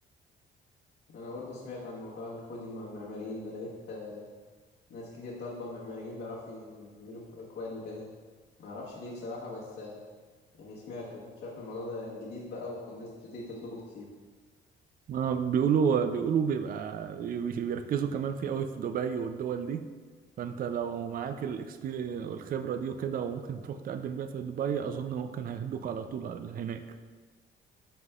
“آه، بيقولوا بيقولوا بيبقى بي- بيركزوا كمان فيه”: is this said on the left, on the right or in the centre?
Right